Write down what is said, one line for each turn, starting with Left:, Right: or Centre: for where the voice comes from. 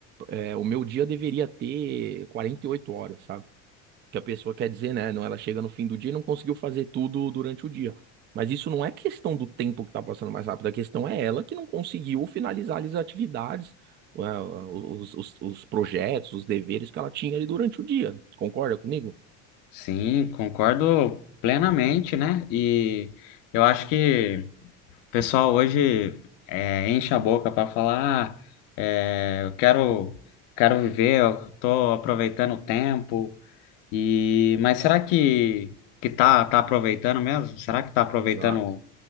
Right: é, o meu dia deveria ter 48 horas, sabe? que a pessoa quer dizer, né? Não, ela chega no fim do dia e não conseguiu fazer tudo durante o dia. Mas isso não é questão do tempo que tá passando mais rápido, a questão é ela que não conseguiu finalizar as atividades, ah, os, os, os projetos, os deveres que ela tinha ali durante o dia. Concorda comigo?
Left: Sim, concordo plenamente, né? E eu acho que o pessoal hoje é, enche a boca para falar, ah, é, eu quero, quero viver, eu tô aproveitando o tempo. E, mas será que que tá tá aproveitando mesmo? Será que tá aproveitando
Right: Exato,